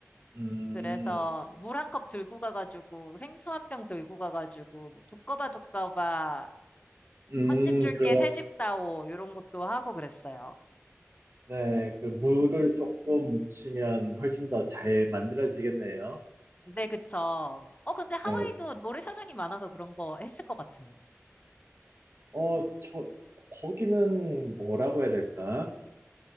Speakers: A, on the right; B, on the left.
A: 음.
B: 그래서 물 한 컵 들고 가가지고 생수 한 병 들고 가가지고 뭐 두꺼바 두꺼바
A: 음
B: 헌집 줄게
A: 그런
B: 새집 다오 이런 것도 하고 그랬어요.
A: 네, 그 물을 조금 묻히면 훨씬 더 잘 만들어지겠네요.
B: 네 그쵸. 어 근데 하와이도
A: 네,
B: 모래사장이 많아서 그런 거 했을 것 같은데.
A: 어, 저, 거기는 뭐라고 해야 될까?